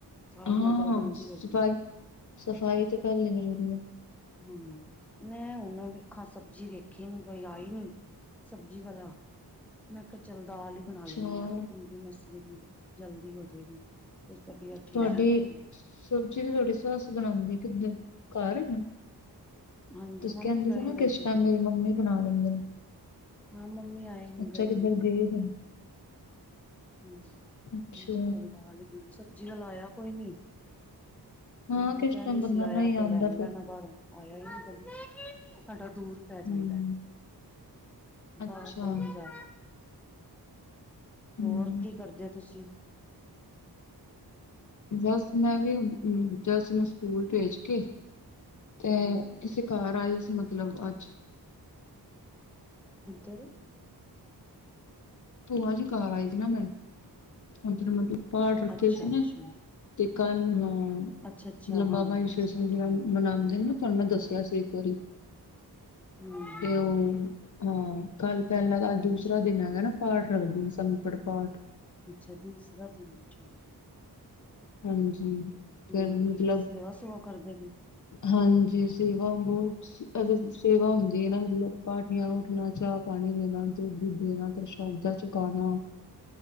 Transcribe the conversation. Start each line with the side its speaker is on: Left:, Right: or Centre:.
Centre: ਸਾਫ਼
Left: ਹਾਂ,
Centre: ਨਾ ਕਰੋ ਗੰਦੀ
Left: ਸਫ਼ਾਈ-ਸਫ਼ਾਈ
Centre: ਹੋ ਜਾਂਦੀ
Left: ਤੇ ਪੈਹਲੇ ਜ਼ਰੂਰੀ ਏ।
Centre: ਹਾ, ਮੈਂਨੂੰ ਹੁਣ ਵੇਖਾਂ ਸਬਜ਼ੀ ਵੇਖੀ ਨੀ ਕੋਈ ਆਈ ਨੀ। ਸਬਜ਼ੀ ਵਾਲਾ ਮੈਂ ਕੇਹਾ ਚਲ ਦਾਲ ਹੀ ਬਣਾ
Left: ਅੱਛਾ
Centre: ਲੈਣੀ ਆ, ਮੂੰਗੀ ਮੁਸਰੀ ਦੀ ਜਲਦੀ ਹੋਜੈਗੀ। ਕੁਛ ਤਬੀਅਤ ਠੀਕ
Left: ਤੁਆਡੀ
Centre: ਨਹੀਂ ਸੀ ਮੇਰੀ।
Left: ਸਬਜ਼ੀ ਤੇ ਤੁਆਡੀ ਸੱਸ ਬਣਾਦੀ, ਕਿਦਰ ਘਰ ਹੈਗੇ ਓ?
Centre: ਹਾਂਜੀ
Left: ਤੁਸੀਂ
Centre: ਮੰਮੀ
Left: ਕੈਂਦੇ
Centre: ਗਏ
Left: ਸੀ ਨਾ
Centre: ਦਿਨ
Left: ਕਿਸ
Centre: ਕਿੱਧਰੇ
Left: ਟੈਮ ਮੇਰੀ ਮੰਮੀ ਬਣਾ ਲੈਂਦੇ ਨੇ।
Centre: ਹਾਂ ਮੰਮੀ ਆਏ।
Left: ਅੱਛਾ
Centre: ਗਏ
Left: ਕਿੱਧਰ
Centre: ਦਿਨ
Left: ਗਏ ਦੇ ਨੇ
Centre: ਹੂੰ
Left: ਅੱਛਾ
Centre: ਚੰਗਾਲ ਸਬਜੀ ਵਾਲਾ ਆਇਆ ਕੋਈ ਨੀ।
Left: ਹਾਂ
Centre: ਹੂੰ
Left: ਕਿਸ
Centre: ਵੀ ਕਹਿਗੇ
Left: ਟਾਈਮ ਬੰਦਾ
Centre: ਸੀ
Left: ਨਹੀਂ
Centre: ਆਇਆ ਤੇ
Left: ਆਉਂਦਾ
Centre: ਲੈ
Left: ਫਿਰ
Centre: ਲੈਣਾ ਬਾਹਰੋਂ। ਆਇਆ ਈ ਨੀ‌ ਕੋਈ ਸਾਡਾ ਦੂਰ ਪੈ
Left: ਹਮ
Centre: ਜਾਂਦਾ।
Left: ਅੱਛਾ
Centre: ਬਾਹਰ ਕੌਣ ਜਾਵੇ?
Left: ਹੂੰ,
Centre: ਹੋਰ ਕੀ ਕਰਦੇ ਓ ਤੁਸੀਂ?
Left: ਬਸ ਮੈਂ ਵੀ ਜੱਸ ਨੂੰ ਸਕੂਲ ਭੇਜ ਕੇ ਤੇ
Centre: ਹੂੰ
Left: ਕਿਸੇ ਘਰ ਆਈ ਸੀ ਮਤਲਬ ਅੱਜ
Centre: ਕਿੱਦਰ?
Left: ਭੂਆ ਜੀ ਘਰ ਆਏ ਸੀ ਨਾ ਮੈਂ ਉੱਧਰ ਮਤਲਬ ਪਾਠ ਰੱਖੇ
Centre: ਅੱਛਾ
Left: ਸੀ ਨਾ।
Centre: ਅੱਛਾ
Left: ਤੇ ਕੱਲ੍ਹ ਨੂੰ ਮਤਲਬ
Centre: ਅੱਛਾ ਅੱਛਾ ਹਾਂ
Left: ਬਾਬਾ ਸਿ਼ਵ ਸਿੰਘ ਜੀਰਾ
Centre: ਠੀਕ
Left: ਮਨਾਂਦੇ
Centre: ਹੈ
Left: ਨਾ। ਤੁਆਨੂੰ ਮੈਂ ਦੱਸਿਆ ਸੀ ਇੱਕ ਵਾਰੀ
Centre: ਹੂੰ ਹੂੰ
Left: ਤੇ ਉਹ ਹਾਂ, ਕੱਲ ਪਹਿਲਾਂ ਤਾਂ ਅੱਜ
Centre: ਅੱਛਾ
Left: ਦੂਸਰਾ ਦਿਨ ਹੈਗਾ ਨਾ ਪਾਠ ਰੱਖਦੇ ਸੰਪੜ ਪਾਠ।
Centre: ਅੱਛਾ, ਦੂਸਰਾ ਦਿਨ ਹੈ ਠੀਕ ਹੈ।
Left: ਹਾਂਜੀ,
Centre: ਹੂੰ
Left: ਫਿਰ ਮਤਲਬ
Centre: ਸੇਵਾ ਸੁਵਾ ਕਰਦੇ ਪਏ
Left: ਹਾਂਜੀ, ਸੇਵਾ ਬਹੁਤ ਅਗਰ ਸੇਵਾ ਹੁੰਦੀ ਐ ਨਾ ਮਤਲਬ ਪਾਰਟੀਆਂ ਉੱਠਣਾ ਚਾਹ ਪਾਣੀ ਦੇਣਾ ਦੁੱਧ-ਦੁੱਧ ਦੇਣਾ। ਪ੍ਰਸ਼ਾਦਾਂ
Centre: ਹੂੰ
Left: ਛਕਾਣਾ